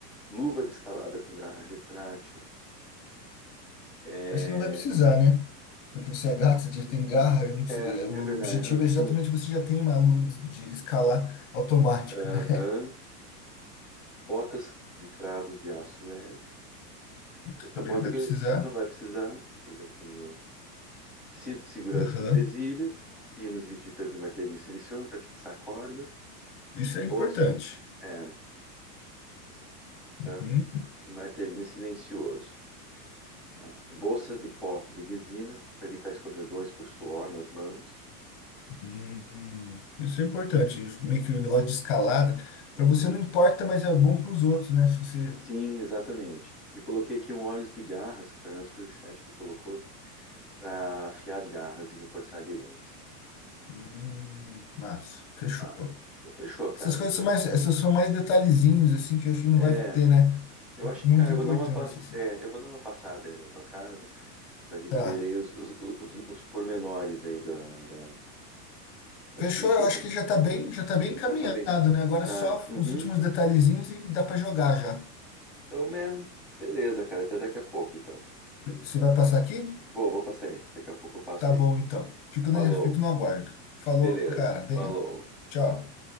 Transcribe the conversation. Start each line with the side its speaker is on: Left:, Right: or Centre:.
Centre: luva de escalada com garra retrátil. É,
Left: Acho que não vai precisar, né? Porque você é gato, você já tem garra, eu não preciso-
Centre: é,
Left: é, o
Centre: é verdade.
Left: objetivo
Centre: ah,
Left: é
Centre: Sim.
Left: exatamente você já tem uma luz de escalar automática,
Centre: Aham.
Left: né?
Centre: Botas de cravos de aço leve.
Left: <laughs>
Centre: Acho que essa
Left: Também
Centre: bota
Left: não vai
Centre: aqui
Left: precisar.
Centre: não vai precisar, porque eu já tenho Cinto de segurança
Left: Aham.
Centre: com presilha, pinos e titãs e martelinho silencioso para fixar a corda,
Left: Isso é importante.
Centre: bolsa, é, tá?
Left: Uhum.
Centre: E martelinho silencioso. tá? Bolsa de pó de resina para evitar escorregões por suor nas mãos.
Left: Hum, Isso é importante. Meio que o negócio de escalada,
Centre: Uhum.
Left: para você não importa, mas é bom para os outros, né? Se você.
Centre: Sim, exatamente. E coloquei aqui um óleo de garras, que pelo menos foi o chat que colocou, para afiar as garras e reforçar a aderência.
Left: Hum, massa, fechou.
Centre: Mas, então fechou, cara.
Left: Essas coisas são mais, essas são mais detalhezinhos, assim, que eu acho que não
Centre: É,
Left: vai ter, né?
Centre: eu acho que,
Left: Muita
Centre: cara,
Left: importância,
Centre: eu vou dar uma, pas-
Left: assim.
Centre: é, eu vou dar uma passada aí na tua casa para a gente
Left: Tá.
Centre: ver aí os, os, os, os pormenores aí da, da- das
Left: Fechou,
Centre: fichas,
Left: eu acho
Centre: né?
Left: que já tá bem, já tá bem encaminhado,
Centre: Já tá bem.
Left: né? Agora
Centre: Já,
Left: é só
Centre: né? Uhum.
Left: os últimos detalhezinhos e dá pra jogar já.
Centre: Então, man, beleza, cara. Até daqui a pouco, então.
Left: Você vai passar aqui?
Centre: Vou, vou passar aí. Daqui a pouco eu passo
Left: Tá
Centre: aí.
Left: bom, então. Fico,
Centre: Falou.
Left: né? Fico no aguardo. Falou,
Centre: Beleza.
Left: cara. Venha.
Centre: Falou. Tchau.
Left: Tchau.